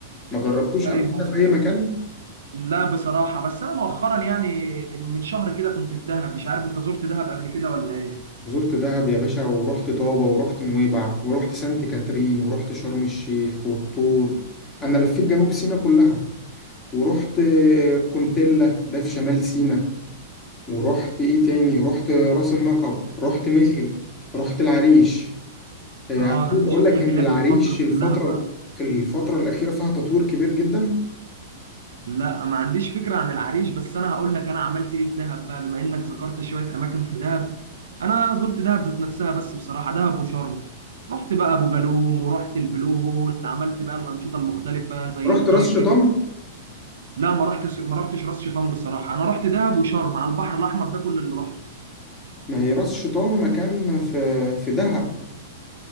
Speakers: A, on the left; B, on the right.
A: ما جربتوش
B: ايوه
A: قبل كده في أي مكان؟
B: لا بصراحة بس أنا مؤخرا يعني من شهر كده كنت في دهب مش عارف أنت زرت دهب قبل كده ولا إيه؟
A: زرت دهب يا باشا ورحت طابة ورحت نويبع ورحت سانت كاترين ورحت شرم الشيخ والطور أنا لفيت جنوب سيناء كلها ورحت كونتيلا ده في شمال سيناء ورحت إيه تاني رحت راس النقب رحت مخل رحت العريش آه،
B: آه
A: حابب
B: ده أنت
A: أقول
B: شكلك
A: لك إن
B: لافف
A: العريش
B: مصر
A: الفترة
B: كلها بقى
A: الفترة الأخيرة فيها تطوير كبير جدا
B: لا ما عنديش فكرة عن العريش بس أنا هقول لك أنا عملت إيه في دهب بقى بما إنك ذكرت شوية أماكن في دهب أنا زرت دهب ذات نفسها بس بصراحة دهب وشرم رحت بقى أبو جالوم ورحت البلو هول عملت بقى الأنشطة المختلفة زي
A: رحت
B: الدايفنج
A: راس شيطان
B: لا ما رحتش ما رحتش راس شيطان بصراحة أنا رحت دهب وشرم على البحر الأحمر ده كل اللي رحته
A: ما هي راس شيطان مكان في في دهب